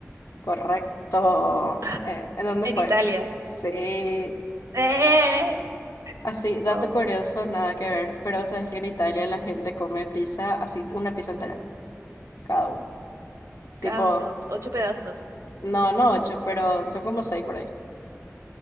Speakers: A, on the left (about 80°); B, on the right (about 85°).
A: Correcto.
B: <laughs>
A: Eh, ¿en dónde
B: En
A: fue?
B: Italia.
A: Sí.
B: ¡Eh!
A: Así, dato
B: Vamos.
A: curioso, nada que ver, pero sabes que en Italia la gente come pizza así, una pizza entera, cada uno. Tipo,
B: Cada uno, ocho pedazos.
A: no, no ocho, pero son como seis por ahí.